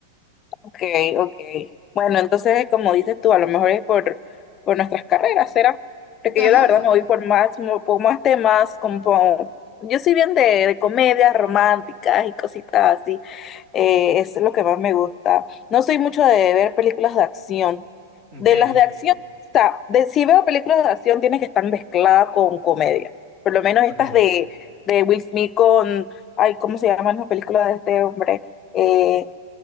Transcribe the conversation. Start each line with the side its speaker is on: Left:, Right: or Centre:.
Left: Ok, ok. Bueno, entonces, como dices tú, a lo mejor es por, por nuestras carreras, ¿será? Porque
Right: Ajá.
Left: yo la verdad me voy por más, mo- por más temas, como yo soy bien de, de comedias románticas y cositas así. Eh, eso es lo que más me gusta. No soy mucho de ver películas de acción.
Right: Ok,
Left: De las de acción, o sea, de, si veo películas de acción, tiene que estar mezclada con comedia. Por lo menos estas
Right: ok.
Left: de, de Will Smith con, ay, ¿cómo se llaman las películas de este hombre? Eh,